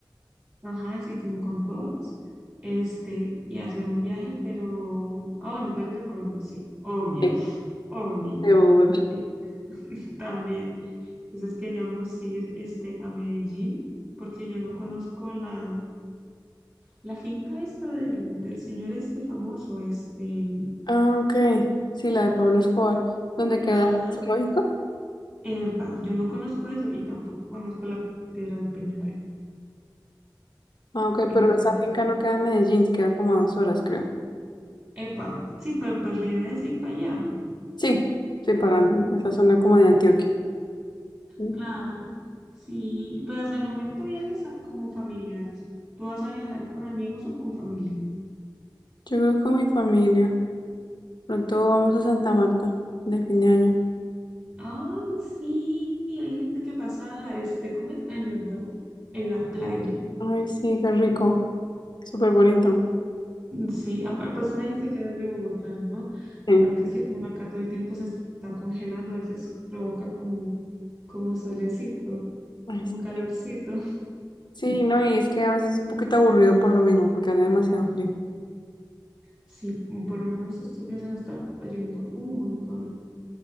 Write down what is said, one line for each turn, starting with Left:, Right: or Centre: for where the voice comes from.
Right: Ajá, así como con todos, este, y hacer un viaje, pero, ah, bueno, tú eres de Colombia, sí, obvio,
Left: Sí.
Right: <laughs> obvio,
Left: De Bogotá.
Right: eh, también. Entonces queríamos ir, este, a Medellín, porque yo no conozco la, la finca esta del, del señor este famoso, este,
Left: Ah, ok. Sí, la de Pablo Escobar. ¿Dónde queda
Right: ajá,
Left: Ujú. el zoológico?
Right: epa, yo no conozco eso y tampoco conozco la Piedra del Peñol.
Left: Ah, ok,
Right: Entonces,
Left: pero esa finca no queda en Medellín, sí queda como a dos horas, creo.
Right: epa, sí, pero pues la idea es ir para allá.
Left: Sí, sí, para esa zona como de Antioquia. Mm.
Right: Claro, sí. Y pues hasta el momento viajes a- como familiares. ¿Tú vas a viajar con amigos o con familia?
Left: Yo creo que con mi familia. Pronto vamos a Santa Marta, de fin de año.
Right: Ay, sí. Hay gente que pasa, este, ¿cómo es? Año Nuevo en la playa.
Left: Ay, sí, qué rico. Súper bonito.
Right: Sí, apar- pues tú me dijiste que eras de Bogotá, ¿no?
Left: Sí.
Right: Aparte que uno acá todo el tiempo se está congelando, a veces provoca como, como solecito,
Left: Ay,
Right: como
Left: sí.
Right: calorcito.
Left: Sí, no, y es que a veces es un poquito aburrido por lo mismo, porque hace demasiado frío.
Right: Sí, por lo menos estos días han estado lloviendo un montón.